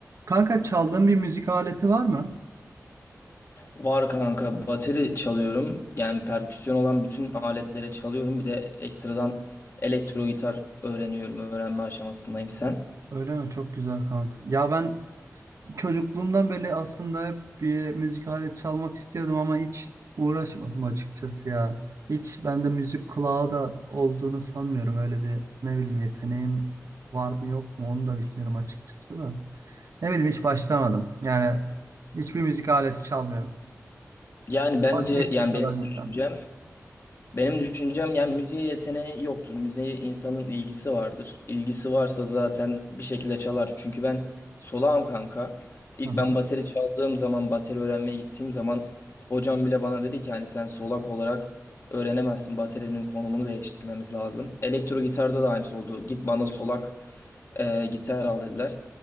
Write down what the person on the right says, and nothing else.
Kanka çaldığın bir müzik aleti var mı?
Öyle mi? Çok güzel kanka. Ya ben çocukluğumdan beri aslında hep bir müzik aleti çalmak istiyordum ama hiç uğraşmadım açıkçası ya. Hiç bende müzik kulağı da olduğunu sanmıyorum. Öyle bir ne bileyim yeteneğim var mı yok mu onu da bilmiyorum açıkçası da. Ne bileyim hiç başlamadım. Yani hiçbir müzik aleti çalmıyorum.
Ama keşke
çalabilsem.
Hı hı.